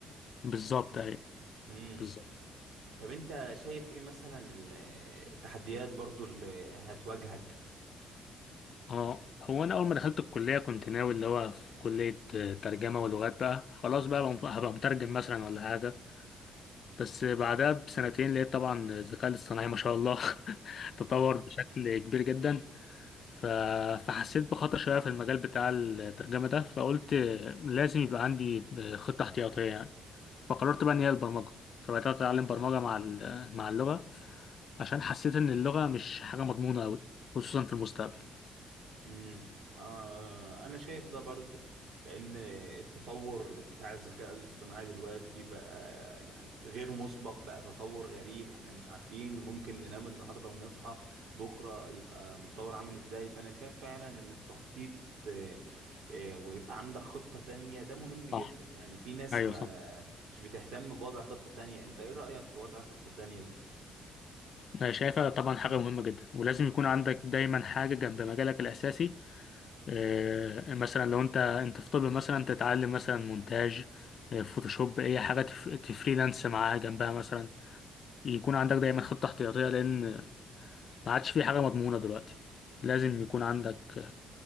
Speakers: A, on the left; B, on the right.
A: بالظبط اهي
B: امم
A: بالظبط
B: طب انت شايف ايه مثلا ال- التحديات برضو اللي هتواجهك
A: اه هو انا اول ما دخلت الكليه كنت ناوي اللي هو في كليه آه، ترجمه ولغات بقى خلاص بقى هبقى مترجم مثلا ولا حاجه بس بعدها بسنتين لقيت طبعا الذكاء الاصطناعي ما شاء الله <laughs> تطور بشكل كبير جدا ف... فحسيت بخطر شوية في المجال بتاع الترجمة ده فقلت لازم يبقى عندي خطة احتياطية يعني فقررت بقى إن هي البرمجة فبدأت أتعلم برمجة مع ال- مع اللغة عشان حسيت إن اللغة مش حاجة مضمونة أوي خصوصا في المستقبل
B: امم آه انا شايف ده برضو لان التطور بتاع الذكاء الاصطناعي دلوقتي بقى يعني غير مسبق بقى تطور غريب احنا مش عارفين ممكن ننام النهارده ونصحى بكره يبقى متطور عامل ازاي فانا شايف فعلا ان التخطيط آه، آه، ويبقى عندك خطة تانية ده مهم جدا
A: صح
B: يعني في ناس
A: أيوه
B: ما
A: صح
B: مش بتهتم بوضع خطة تانية انت ايه رأيك في وضع خطة تانية دي
A: أنا شايفها طبعا حاجة مهمة جدا ولازم يكون عندك دايما حاجة جنب مجالك الأساسي آه، مثلا لو انت انت في طب مثلا تتعلم مثلا مونتاج آه، فوتوشوب اي حاجه تف- تفريلانس معاها جنبها مثلا يكون عندك دايما خطه احتياطيه لان ما عادش في حاجه مضمونه دلوقتي لازم يكون عندك